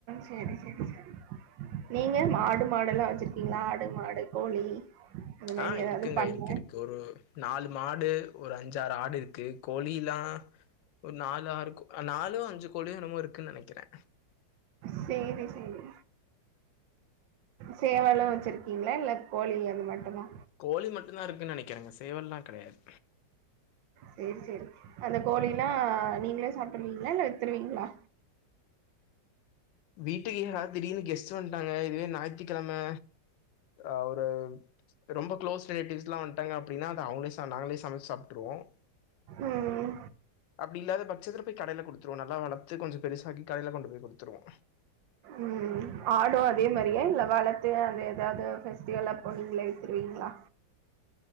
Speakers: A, on the right (about 85°); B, on the left (about 80°).
A: சேரி சேரி நீங்க மாடு மாடெல்லா வச்சிருக்கீங்களா ஆடு மாடு கோழி அந்த மாரி
B: ஆ
A: ஏதாவது
B: இருக்குங்க
A: பண்ண
B: இருக்கு இருக்கு ஒரு நாலு மாடு ஒரு அஞ்சாறு ஆடு இருக்கு கோழில்லா ஒரு நாலு ஆறு கோ நாலு அஞ்சு கோழியு என்னமோ இருக்குன்னு நெனக்கிறே
A: சேரி சேரி சேவலு வச்சிருக்கீங்ளா இல்ல கோழி அது மட்டுமா
B: கோழி மட்டுந்தா இருக்குன் நெனக்கிறேங்க சேவல்லா கெடையாது
A: சேரி சேரி அந்த கோழில்லா நீங்களே சாப்ட்ருவீங்களா இல்ல வித்துருவீங்ளா
B: வீட்டுக்கு யாராவ்து திடீர்னு கெஸ்ட் வந்துட்டாங்க இதுவே ஞாயித்துக்கெழம அ ஒரு ரொம்ப க்ளோஸ் ரிலேட்டிவ்ஸ்ல்லா வந்ட்டாங்க அப்டின்னா அத அவுங்களே ச நாங்களே சமச்சு சாப்ட்ருவோ
A: ம்
B: <inaudible> அப்டி இல்லாத பட்சத்துல போய் கடயில குடுத்துருவோ நல்லா வளத்து கொஞ்சொ பெருசாகி கடயில கொண்டு போய் குடுத்துருவோ
A: ம் ஆடூ அதே மாரியா இல்ல வளத்து அத எதாவ்து ஃபெஸ்டிவலப்போ நீங்களே வித்துருவீங்ளா